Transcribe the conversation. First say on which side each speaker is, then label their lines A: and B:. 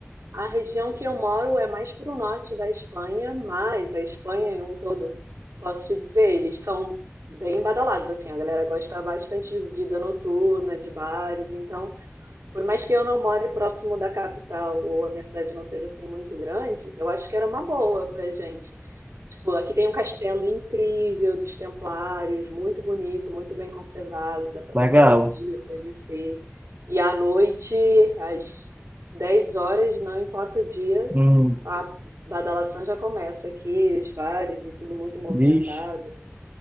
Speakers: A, on the right (about 80°); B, on the right (about 35°).
A: A região que eu moro é mais para o norte da Espanha, mas a Espanha em um todo, posso te dizer, eles são bem badalados, assim, a galera gosta bastante de vida noturna, de bares, então por mais que eu não more próximo da capital ou a minha cidade não seja assim muito grande, eu acho que era uma boa pra gente. Tipo, aqui tem um castelo incrível dos Templários, muito bonito, muito bem conservado, dá pra
B: Legal.
A: passear de dia, conhecer. E à noite, às 10 horas, não importa o dia,
B: Hum,
A: a badalação já começa aqui, os bares e tudo muito movimentado.
B: vixe.